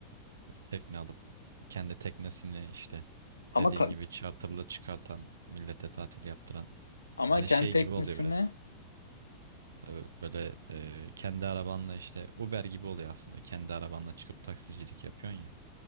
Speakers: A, on the right (about 65°); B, on the left (about 80°).
A: Böyle tekne alıp kendi teknesini işte
B: Ama
A: dediğin
B: ka-
A: gibi charterla çıkartan millete tatil yaptıran.
B: Ama
A: Hani
B: kendi
A: şey
B: teknesini
A: gibi oluyor biraz. Ee, Böyle e, kendi arabanla işte Uber gibi oluyor aslında. Kendi arabanla çıkıp taksicilik yapıyorsun ya.